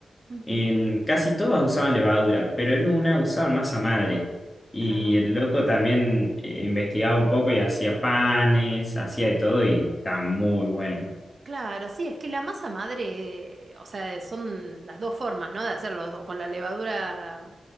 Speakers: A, on the right (about 45°); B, on the left (about 20°).
A: Ujú.
B: en casi todas usaban levadura, pero en una usaban masa madre. Y
A: Ah.
B: el loco también eh, investigaba un poco y hacía panes, hacía de todo y está muy bueno.
A: Claro, sí, es que la masa madre, eh, o sea, son las dos formas, ¿no? De hacerlo, o con la levadura